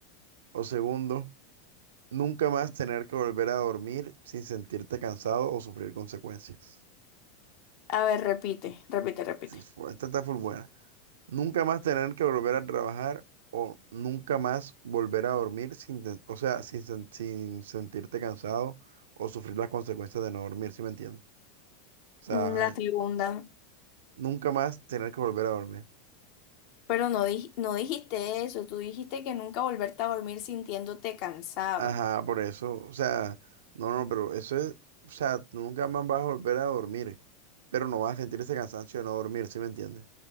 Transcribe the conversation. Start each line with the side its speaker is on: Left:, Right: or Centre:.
Right: O segundo. Nunca más tener que volver a dormir sin sentirte cansado o sufrir consecuencias.
Left: A ver, repite, repite, repite.
Right: Sí, fu- Esta está full buena. Nunca más tener que volver a trabajar o nunca más volver a dormir sin, ten- o sea, sin, sen- sin sentirte cansado o sufrir las consecuencias de no dormir, ¿sí me entiendes? O sea,
Left: Mm, La segunda.
Right: nunca más tener que volver a dormir.
Left: Pero no, dij- no dijiste eso, tú dijiste que nunca volverte a dormir sintiéndote cansado.
Right: Ajá, por eso. O sea, no, no, pero eso es, o sea, tú nunca más vas a volver a dormir, pero no vas a sentir ese cansancio de no dormir, ¿sí me entiendes?